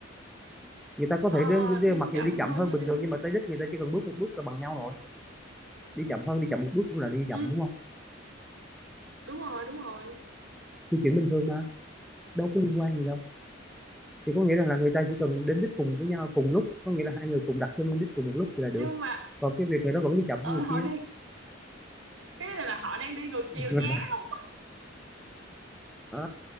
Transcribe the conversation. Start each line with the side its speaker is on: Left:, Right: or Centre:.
Centre: người ta có
Right: Ờ,
Centre: thể đến, đi-
Right: đi
Centre: mặc dù
Right: chậm
Centre: đi chậm
Right: hơn
Centre: hơn
Right: chứ
Centre: bình
Right: đi
Centre: thường nhưng mà tới đích người ta chỉ cần bước một bước là bằng nhau rồi đi chậm hơn đi chậm một bước cũng là đi chậm
Right: ừ,
Centre: đúng không
Right: đúng rồi đúng rồi
Centre: thì chuyện bình thường mà đâu có liên quan gì đâu thì có nghĩa rằng là người ta chỉ cần đến đích cùng với nhau cùng lúc có nghĩa là hai người cùng đặt chân lên đích cùng một lúc thì là
Right: nhưng
Centre: được
Right: mà
Centre: còn cái việc người đó vẫn đi chậm hơn
Right: ờ,
Centre: người
Right: họ
Centre: kia
Right: đi cái này là họ đang đi ngược
Centre: <laughs>
Right: chiều nhau
Centre: à,